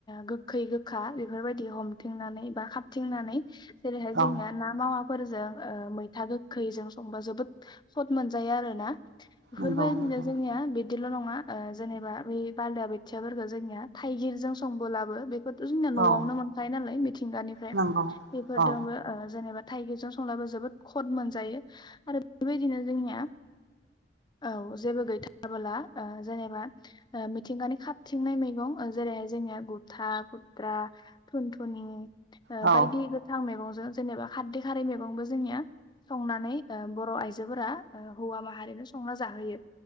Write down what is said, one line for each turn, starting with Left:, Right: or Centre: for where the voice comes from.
Left: गोखै गोखा बेफोरबायदि हमथंनानै बा थिंनानै जेरैहाय
Right: औ
Left: जोंनिया ना मावा फोरजों ओ मैथा गोखैजों संबा जोबोद सथ मोनजायो आरो ना। बेफोरबायदिनो
Right: नंगौ नंगौ
Left: जोंनिया बिदिल' नङा ओ जेनबा बै बालिया बोथियाफोरखौ जोंनिया थाइगिरजों संबोलाबो बे बेथ' जोंनिया न'आवनो
Right: औ
Left: मोनखायो नालाय मिथिंगानिफ्राय
Right: नंगौ
Left: बेफोरजोंबो
Right: औ
Left: ओ जेनेबा थाइगिरजों संब्लाबो जोबोद खद मोनजायो आरो बेबायदिनो जोंनिया औ जेबो गैथाराबोला ओ जेनेबा मिथिंगानि खाथिंनाय मैगं ओ जेरैहाय जोंनिया गुथा गुद्रा थुनथुनि
Right: औ
Left: बायदि गोथां मैगंजों जेनेबा खारदै खारै मैगंबो जोंनिया संनानै बर' आइ जोफोरा हौवा माहारि संना जाहोयो